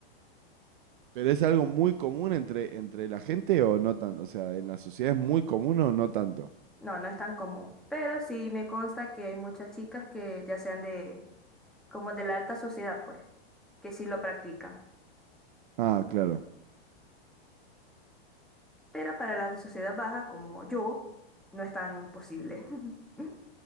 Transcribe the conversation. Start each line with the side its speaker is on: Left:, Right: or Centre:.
Right: ¿Pero es algo muy común entre, entre la gente o no tanto? O sea, ¿en la sociedad es muy común o no tanto?
Centre: No, no es tan común, pero sí me consta que hay muchas chicas que ya sean de, como de la alta sociedad, pues, que sí lo practican.
Right: Ah, claro,
Centre: Pero para la sociedad baja, como yo, no es tan posible. <laughs>